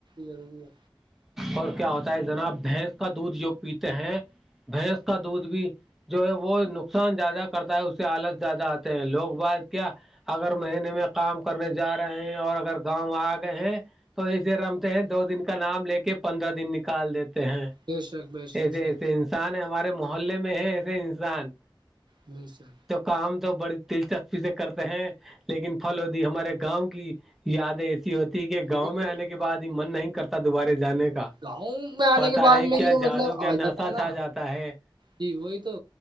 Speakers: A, on the right; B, in the centre.
A: ضروری ہے
B: اور کیا ہوتا ہے جناب بھینس کا دودھ جو پیتے ہیں بھینس کا دودھ بھی جو ہے وہ نقصان زیادہ کرتا ہے اس سے حالت زیادہ آتے ہیں لوگ بات کیا اگر مہینے میں کام کرنے جا رہے ہیں اور اگر گاؤں آ گئے ہیں توے رمتے ہیں دو دن کا نام لے کے پندرہ دن نکال دیتے ہیں
A: بے شک بے شک
B: ایسے
A: صحیح
B: ایسے انسان ہمارے محلے میں ہے ایسے انسان
A: جی سر
B: تو کام تو بڑی دلچسپی سے کرتے ہیں لیکن پھلودی ہمارے گاؤں کی یادیں ہوتی کہ گاؤں
A: وہی
B: میں
A: تو
B: آنے کے بعد ہی من نہیں کرتا دوبارے جانے کا
A: گاؤں میں آنے
B: پتا
A: کے بعد
B: نہیں
A: میں
B: کیا
A: جو
B: جادو
A: مطلب
B: کیا
A: آ
B: نشہ
A: جاتا ہ نا
B: چھا جاتا ہے
A: ج وہی تو